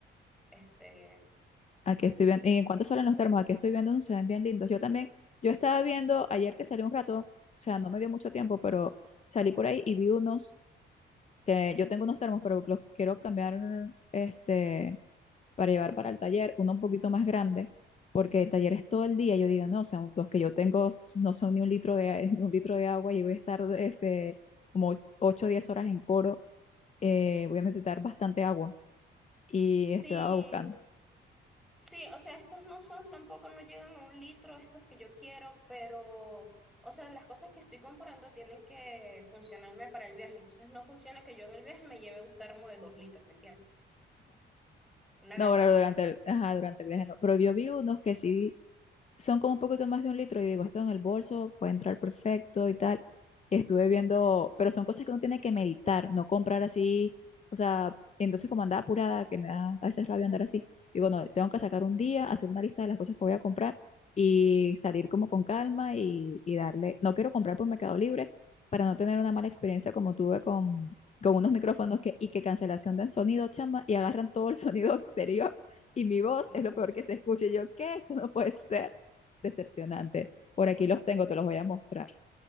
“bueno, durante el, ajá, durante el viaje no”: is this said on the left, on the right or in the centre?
Left